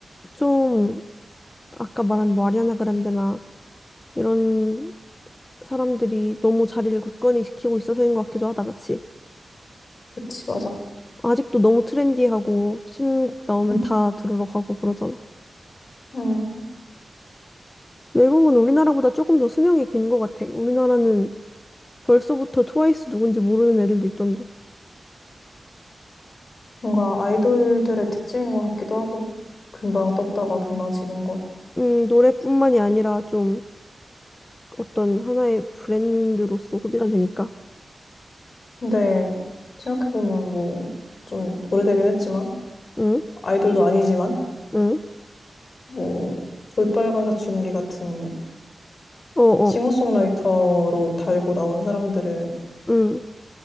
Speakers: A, on the left; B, on the left.
A: 좀 아까 말한 뭐 아리아나 그란데나 이런 사람들이 너무 자리를 굳건히 지키고 있어서인 것 같기도 하다, 그치?
B: 그치, 맞아.
A: 아직도 너무 트렌디하고 신곡 나오면
B: <laughs>
A: 다 들으러 가고 그러잖아.
B: 응,
A: 외국은 우리나라보다 조금 더 수명이 긴 것 같아. 우리나라는 벌써부터 트와이스 누군지 모르는 애들도 있던데.
B: 뭔가 아이돌들의 특징인 것 같기도 하고, 금방 떴다가 금방 지는 건.
A: 음, 노래뿐만이 아니라 좀 어떤 하나의 브랜드로서 소비가 되니까.
B: 근데, 생각해보면 뭐, 좀 오래되긴 했지만,
A: 응?
B: 아이돌도 아니지만,
A: 응?
B: 뭐, 볼빨간 사춘기 같은
A: 어어.
B: 싱어송라이터로 달고 나온 사람들은,
A: 응.